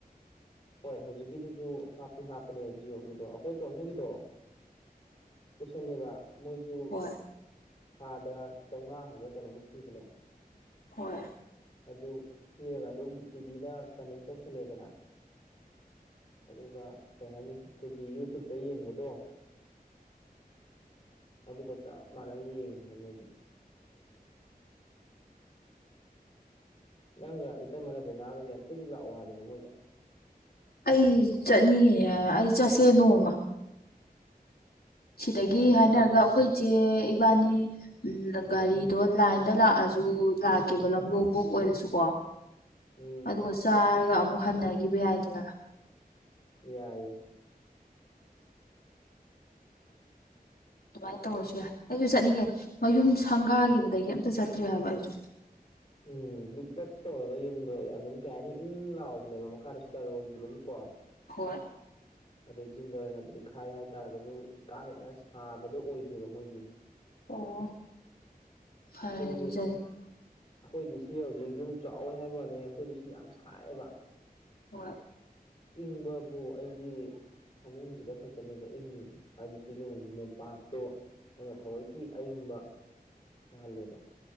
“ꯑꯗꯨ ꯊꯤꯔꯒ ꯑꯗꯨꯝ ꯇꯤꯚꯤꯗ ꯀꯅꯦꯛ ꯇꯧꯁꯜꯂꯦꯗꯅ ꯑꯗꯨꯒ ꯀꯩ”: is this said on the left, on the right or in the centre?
Left